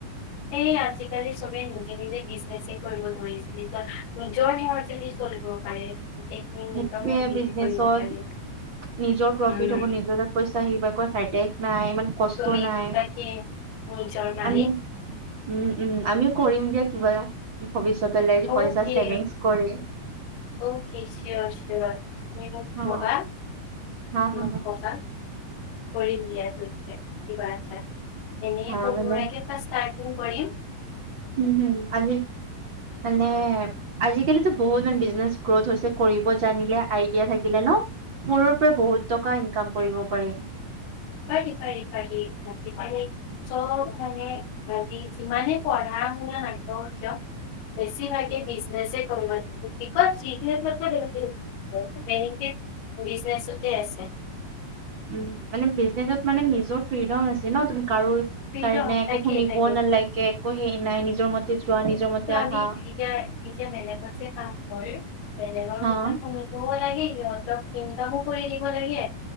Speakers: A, on the left; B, on the right.
A: এই আজিকালি চবে নিজে- নিজে বিজনেচে কৰিব ধৰিছে, নিজৰ- নিজৰ <unintelligible> চলিব পাৰে। গোটেইখিনি নিজৰ
B: সেইটোৱে
A: মৰ্জিদি
B: বিজনেচত
A: কৰিব পাৰে
B: নিজৰ প্ৰফিট
A: উম
B: হ'ব, নিজৰ পইচা আহিব একো হেডেক নাই, ইমান কষ্ট
A: তুমি
B: নাই
A: <unintelligible> নিজৰ মালিক।
B: আমি উম, উম, আমিও কৰিম দিয়া কিবা, ভৱিষ্যতলে,
A: অ'কে
B: পইচা ছেভিংছ কৰি।
A: অকে চিঅ'ৰ- চিঅ'ৰ। তুমি মোক
B: হা
A: ক'বা,
B: হা
A: মোক
B: হা
A: ক'বা। কৰিম দিয়া দুইজনীয়ে কিবা এটা, এনে
B: হা
A: সৰু-সুৰাকে
B: মানে
A: পা ষ্টাৰ্টিং কৰিম।
B: উম হুম আমি মানে আজি-কালিতো বহুত মানে বিজনেচ গ্ৰথ হৈছে, কৰিব জানিলে আইডিয়া থাকিলে ন? সৰুৰ পৰা বহুত টকা ইনকাম কৰিব পাৰি।
A: পাৰি, পাৰি, পাৰি আজি-কালি চব মানে বা যি যিমানে পঢ়া-শুনা নাথাকক কিয় বেছি ভাগে বিজনেছে কৰিব <unintelligible> কি কয় <unintelligible> বেনিফিট বিজনেছতে আছে।
B: উম মানে বিজনেচত মানে নিজৰ ফ্ৰীডম আছে ন, তুমি কাৰো
A: ফ্ৰীডম
B: কাৰণে একো
A: তাকে
B: শুনিবও
A: তাকে
B: নালাগে, একো হেই নাই, নিজৰ মতে যোৱা নিজৰ মতে
A: ত
B: আহা।
A: আমি এতিয়া নিজে বেলেগত যে কাম হয় বেলেগৰ
B: হা
A: কথা শুনিবও লাগে, সিহঁতক ইনকামো কৰি দিব লাগে।